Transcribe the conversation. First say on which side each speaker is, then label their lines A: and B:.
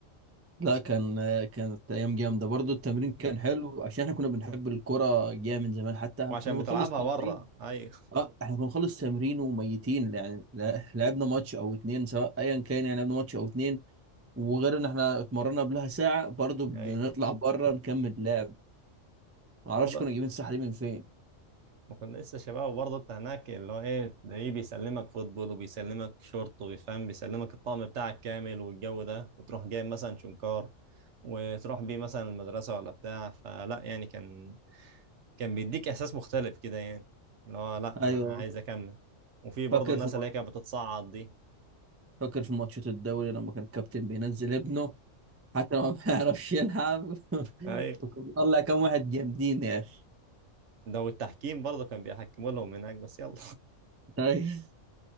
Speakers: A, on the right; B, on the right.
A: لا كان كانت ايام جامده برضو التمرين كان حلو عشان احنا كنا بنحب الكرة جامد من زمان حتى
B: وعشان
A: كنا بنخلص
B: بتلعبها
A: تمرين
B: بره ايوه
A: اه احنا كنا بنخلص تمرين وميتين يعني لا- لعبنا ماتش او اتنين سواء ايا كان يعني لعبنا ماتش او اتنين وغير ان احنا اتمرنا قبلها ساعه برضو بنطلع
B: ايوه
A: بره نكمل لعب معرفش
B: برضه
A: كنا جايبين الصحه دي من فين
B: ما كنا لسه شباب وبرضه انت هناك اللي هو ايه تلاقيه بيسلمك فوتبول وبيسلمك شورت وبيفهم بيسلمك الطقم بتاعك كامل والجو ده وتروح جايب مثلا شنكار وتروح بيه مثلا المدرسة ولا بتاع فلا يعني كان كان بيديك احساس مختلف كده يعني اللي هو لا
A: ايوه
B: انا عايز اكمل وفي برضه
A: فاكر
B: الناس
A: في
B: اللي هي كانت بتتصعد دي
A: فاكر في ماتشات الدوري لما كان الكابتن بينزل ابنه حتى لو ما بيعرفش يلعب <laughs>
B: اي
A: وكان بيطلع كام واحد جامدين يا اخي
B: ده والتحكيم برضه كان بيحكموا لهم هناك بس يلا
A: طيب